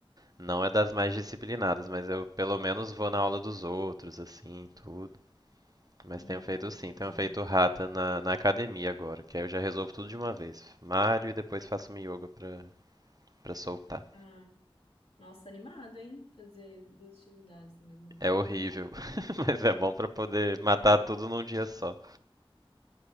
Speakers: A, on the right; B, on the left.
A: não é das mais disciplinadas, mas eu pelo menos vou na aula dos outros, assim, tudo. Mas
B: Hum,
A: tenho feito
B: entendi.
A: sim, tenho feito rata na, na academia agora, que aí eu já resolvo tudo de uma vez. Malho e depois faço um yoga pra, pra soltar.
B: Ah, nossa, animado, hein? Fazer duas atividades no mesmo dia.
A: É horrível, <laughs> mas é bom pra poder matar tudo num dia só.